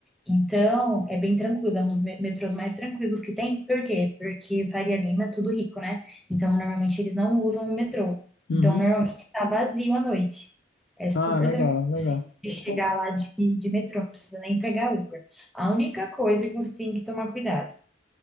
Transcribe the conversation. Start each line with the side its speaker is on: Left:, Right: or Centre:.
Centre: Então, é bem tranquilo, é um dos me- metrôs mais tranquilos que tem. Por quê? Porque Faria Lima é tudo rico, né? Então, normalmente eles não usam o metrô.
Left: Uhum.
Centre: Então, normalmente tá vazio à noite. É super
Left: Ah, legal, legal.
Centre: de chegar
Left: Pô,
Centre: lá de, de metrô, não precisa nem pegar Uber. A única coisa que você tem que tomar cuidado.